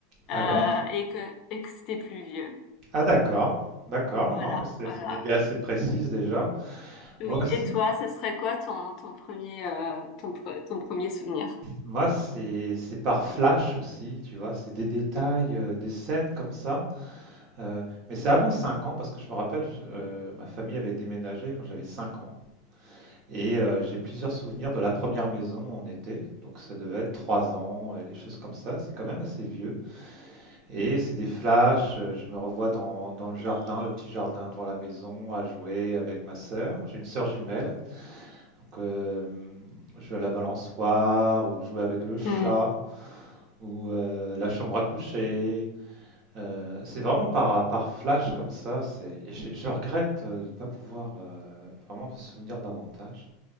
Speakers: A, on the left; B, on the right.
A: euh,
B: Ah ouais?
A: et que et que c'était pluvieux.
B: Ah d'accord, d'accord,
A: Voilà,
B: non, bah, c'est
A: voilà.
B: c'est une idée assez précise déjà.
A: Oui.
B: Moi aussi,
A: Et toi, ce serait quoi ton ton premier euh, ton pre- ton premier souvenir?
B: moi, c'est c'est par flash aussi, tu vois? C'est des détails, heu, des scènes comme ça Heu, mais c'est avant 5 ans parce que je me rappelle, je heu, ma famille avait déménagé quand j'avais 5 ans et heu, j'ai plusieurs souvenirs de la première re maison en été, donc ça devait être 3 ans et les choses comme ça. C'est quand même assez vieux et c'est des flashs, heu, je me revois dans dans le jardin, le petit jardin devant la maison à jouer avec ma sœur. J'ai une sœur jumelle, donc hem, jouer à la balançoire ou jouer avec le chat
A: Hmm.
B: ou heu, la chambre à coucher euh, c'est vraiment par, par flash comme ça. C'est, et je, je regrette euh, de ne pas pouvoir euh, vraiment me souvenir davantage.